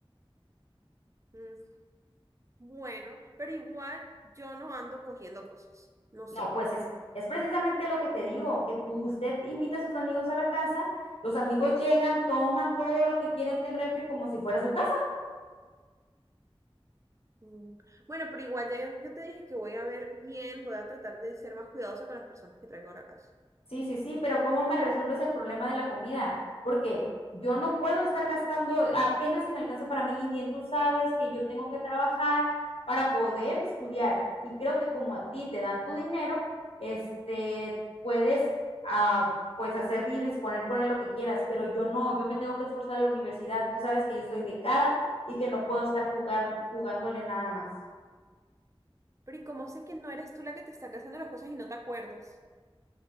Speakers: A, on the right; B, on the left.
A: Mm, Bueno, pero igual yo no ando cogiendo cosas, no sé.
B: No, pues es, es precisamente lo que te digo, que tú, usted invita a sus amigos a la casa, los amigos llegan, toman todo lo que quieren del refri como si fuera su casa.
A: Mm, Bueno, pero igual ya yo, yo te dije que voy a ver bien, voy a tratar de ser más cuidadosa con las personas que traigo a la casa.
B: Sí, sí, sí, pero ¿cómo me resuelves el problema de la comida? Porque yo no puedo estar gastando apenas si me alcanza para mí y bien tú sabes que yo tengo que trabajar para poder estudiar y creo que como a ti te dan tu dinero, este, puedes ah, pues hacer y disponer con él lo que quieras, pero yo no, yo me tengo que esforzar en la universidad, tú sabes que yo soy becada y que no puedo estar jugar, jugándole nada más.
A: Pero y como sé que no eres tú la que te está haciendo las cosas y no te acuerdas.